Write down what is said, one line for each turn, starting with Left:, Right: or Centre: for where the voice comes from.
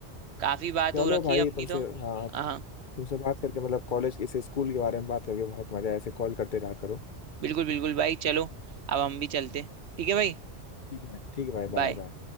Right: काफी बात
Left: चलो
Right: हो रखी
Left: भाई
Right: है अपनी
Left: तुमसे
Right: तो
Left: हाँ
Right: हाँ
Left: तुमसे बात करके मतलब कॉलेज इस स्कूल के बारे में बात करके बहुत मजा है ऐसे कॉल करते रहा करो
Right: बिल्कुल बिल्कुल भाई चलो अब हम भी चलते ठीक है भाई
Left: ठीक है ठीक है भाई
Right: बाय
Left: बाय बाय